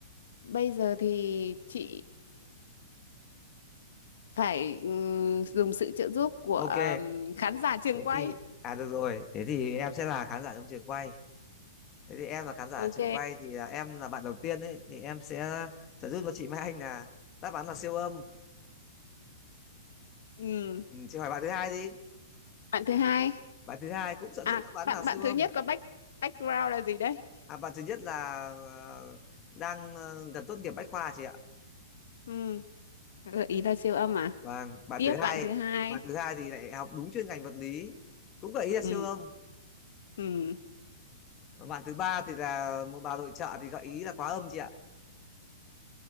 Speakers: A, on the left (about 70°); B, on the left (about 20°).
A: bây giờ thì chị phải ừm, dùng sự trợ giúp của
B: ok
A: ừm, khán giả trường
B: thế
A: quay
B: thì à được rồi thế thì em sẽ là khán giả trong trường quay thế thì em là khán giả
A: ok
B: trường quay thì là em là bạn đầu tiên ấy thì em sẽ trợ giúp cho chị Mai Anh là đáp án là siêu âm
A: Ừ.
B: Ừ, chị hỏi bạn thứ hai đi.
A: Bạn thứ hai.
B: Bạn thứ hai cũng sợ
A: À,
B: giúp đáp án
A: bạn
B: là siêu
A: bạn thứ
B: âm.
A: nhất có back background là gì đấy?
B: À, bạn thứ nhất là ờ, đang ờ, gần tốt nghiệp bách khoa chị ạ.
A: Ừ. gợi Ý là siêu âm à?
B: Vâng, bạn
A: Tiếp
B: thứ
A: bạn
B: hai,
A: thứ hai.
B: bạn thứ hai thì lại học đúng chuyên ngành vật lý, cũng gợi ý là siêu
A: Ừ.
B: âm.
A: Ừ.
B: Và bạn thứ ba thì là một bà nội trợ thì gợi ý là quá âm chị ạ.